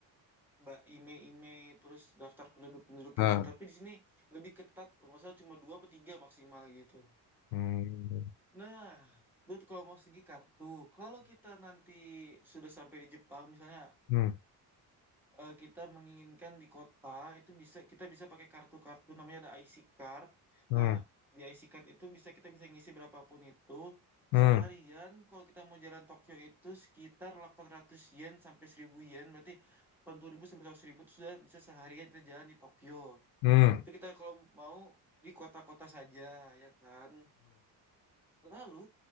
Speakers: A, in the centre; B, on the left.
A: Mbak IME-IME terus daftar penduduk-penduduk
B: 네.
A: itu. Tapi di sini lebih ketat, kalau nggak salah cuma dua atau tiga maksimal gitu.
B: 음,
A: Nah, itu kalau mau segi kartu, kalau kita nanti sudah sampai di Jepang, misalnya
B: 음,
A: eh, kita menginginkan di kota itu bisa kita bisa pakai kartu-kartu namanya ada IC card.
B: 음,
A: Nah, di IC card itu bisa kita bisa ngisi berapapun itu.
B: 음,
A: Seharian kalau kita mau jalan Tokyo itu sekitar 800 yen sampai 1000 yen, berarti delapan puluh ribu sampai seratus ribu itu sudah bisa seharian kita jalan di Tokyo.
B: 음, 음,
A: Itu kita kalau mau di kota-kota saja, ya kan? Lalu